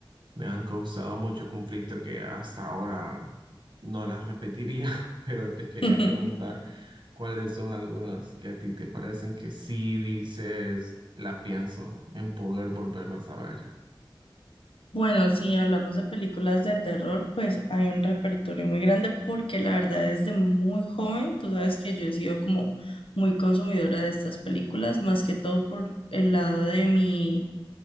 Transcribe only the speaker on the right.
me han causado mucho conflicto que hasta ahora no las repetiría, <laughs> pero te quería
preguntar cuáles son algunas que a ti te parecen que sí dices, la pienso en poder volverlas a ver.